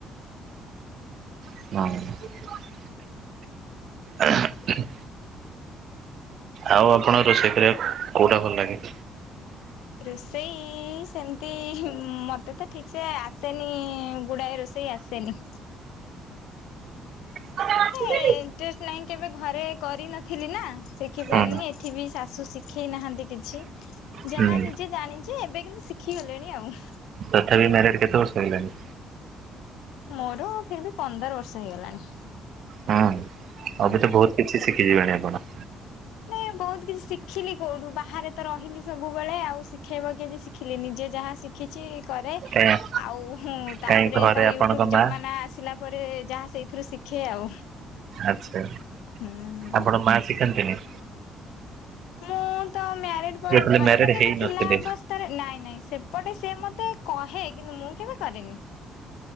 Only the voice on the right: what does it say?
ହୁଁ, <unintelligible> ଏହେ ଆଉ ଆପଣ ରୋଷେଇ କରିବାକୁ କୋଉଟା ଭଲ ଲାଗେ
<unintelligible>
ହୁଁ
ହୁଁ
ତଥାପି ମ୍ୟାରେଡ କେତେ ବର୍ଷ ହେଲାଣି?
ହୁଁ
ଅବେତ ବହୁତ କିଛି ଶିଖିଯିବେଣି ଆପଣ
କାଇଁ
କାହିଁ
ଘରେ ଆପଣଙ୍କ
ମା
ଆଛା
ଆପଣ ମା ଶିଖାନ୍ତିନି
ଯେତେବେଳେ
ମ୍ୟାରେଡ
ହେଇନଥିଲେ